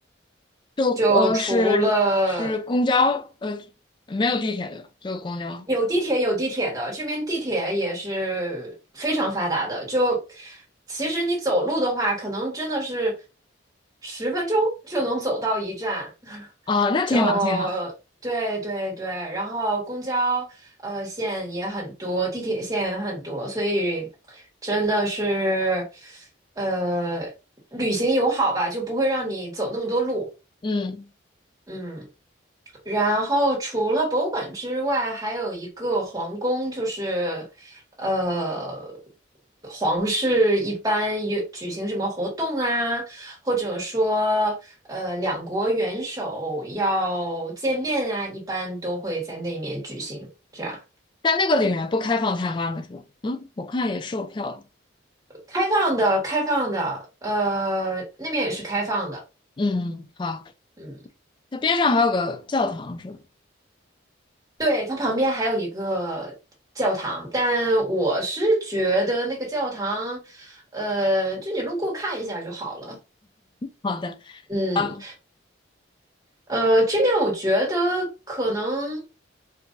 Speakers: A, on the left; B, on the right.
A: 就呃是是公交，
B: 就除了
A: 呃没有地铁对吧？就是公交
B: 有地铁，有地铁的，这边地铁也是非常发达的。就其实你走路的话，可能真的是十分钟就能走到一站。<laughs>
A: 啊，那挺好挺好。
B: 就对对对，然后公交呃线也很多，地铁线也很多，所以真的是呃旅行友好吧，就不会让你走那么多路。
A: 嗯，
B: 嗯。然后除了博物馆之外，还有一个皇宫，就是，呃，皇室一般有举行什么活动啊，或者说，呃，两国元首要见面啊，一般都会在那面举行。这样，
A: 但那个里面不开放参观的是吧？嗯，我看也售票的。
B: 开放的，开放的，呃，那面也是开放的，
A: 嗯，好，
B: 嗯。
A: 它边上还有个教堂是吧？
B: 对，它旁边还有一个教堂，但我是觉得那个教堂，呃，就你路过看一下就好了。
A: 好的，
B: 嗯，
A: 啊，
B: 呃，这面我觉得可能。